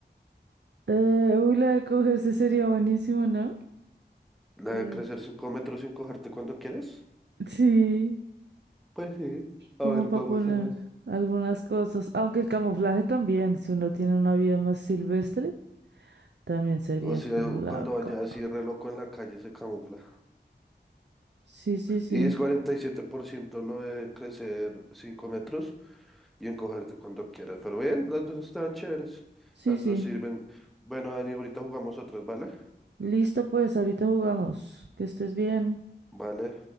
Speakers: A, on the right; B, in the centre.
A: Eh, uy, la de cogerse sería buenísimo, ¿no?
B: ¿La
A: Mm.
B: de crecer 5 metros sin cogerte cuando quieras?
A: Sí,
B: Pues sí. A
A: como
B: ver,
A: para
B: vamos
A: poner
B: sabes
A: algunas cosas. Aunque el camuflaje también, si uno tiene una vida más silvestre, también sería
B: O sea,
A: que laca.
B: cuando vaya así re loco en la calle se camufla.
A: Sí, sí, sí.
B: Y es 47% lo de crecer 5 metros y encogerte cuando quieras. Pero bien, las dos están chéveres.
A: Sí,
B: Las
A: sí.
B: dos sirven. Bueno, Dani, ahorita jugamos otras, ¿vale?
A: Listo, pues, ahorita jugamos. Que estés bien.
B: Vale.